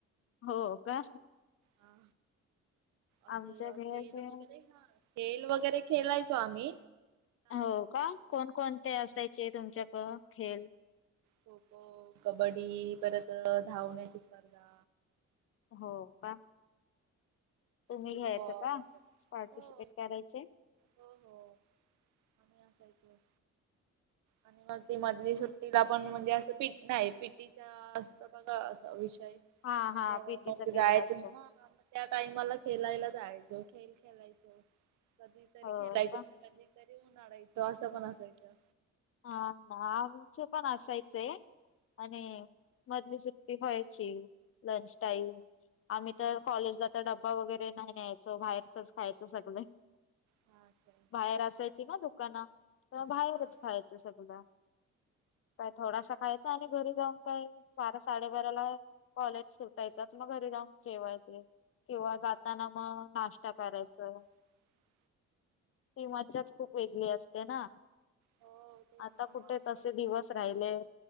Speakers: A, on the left (about 45°); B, on the right (about 75°).
A: हो का
B: हा असे
A: आमच्याकडे
B: खेळ
A: असे
B: वगैरे हा खेळ वगैरे खेलायच स्वामी
A: हो का कोण कोणते असायचे तुमच्याक खेल
B: खो खो कबड्डी परत धावण्याची स्पर्धा
A: हो का तुम्ही
B: फुटबॉल
A: घ्यायचं का
B: वगैरे.
A: पार्टिसिपेट
B: हो
A: करायचे
B: हो हो आ कायच आणि मग ती मधली सुट्टीला पण म्हणजे असं पी नाही पिटीचा असत बघ वि
A: हा हा
B: तेव्हा
A: पीटीचा
B: मग
A: पिरियड
B: जायचं
A: असत
B: ह म त्या टाइमाला खेला जायचो खेळ खेलायचो कधीतरी
A: हो
B: खेलायच
A: का
B: कधीरी आणायचो असं पण असायचं
A: हा ना आमचे पण असायचंय आणि मधली सुट्टी व्यायची लंच टाईम आम्ही
B: हा
A: तर कॉलेजला तर ड्बा वगैरे नाही न्यायचो बाहेरचच खायचं सगळे
B: हा काय
A: बाहेर असायची ना दुकान तर बाहेरच
B: हा
A: खायचं सगळ काय थोडासा खायचा आणि घरी जाऊन काही बारा साडेबाराला कॉलेज सुटायचंच मग घरी जाऊन जेवायचे किंवा जाताना मग नाश्ता करायचं
B: ह
A: ही मज्जत खूप वेगळी असते ना
B: हो तेच
A: आता
B: ना
A: कुठे
B: मग आठवतं
A: तसे दिवस राहिलेत.